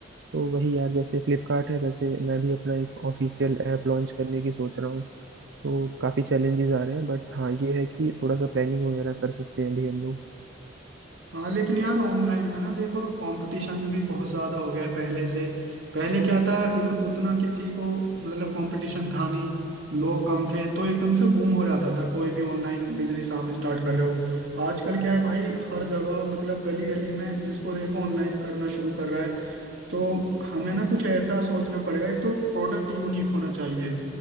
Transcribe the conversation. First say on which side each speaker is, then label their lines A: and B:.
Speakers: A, on the right (about 70°); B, on the right (about 90°).
A: तो वही यार जैसे फ्लिपकार्ट है वैसे मैं भी अपना एक ऑफिशियल ऐप लॉन्च करने की सोच रहा हूँ तो काफ़ी चैलेंजेस आ रहे हैं बट हाँ ये है कि थोड़ा सा प्लानिंग वगैरह कर सकते हैं अभी हम लोग
B: हाँ लेकिन यार ऑनलाइन में ना देखो कंपटीशन भी बहुत ज़्यादा हो गया है पहले से पहले क्या था इतु- उतना किसी को मतलब कंपटीशन था नहीं लोग कम थे तो एकदम से बूम हो जाता था कोई भी ऑनलाइन बिजनेस आप स्टार्ट कर रहे हो आजकल क्या है भाई हर जगह मतलब गली गली में जिसको देखो ऑनलाइन करना शुरू कर रहा है तो हमें ना कुछ ऐसा सोचना पड़ेगा एक तो प्रोडक्ट यूनिक होना चाहिए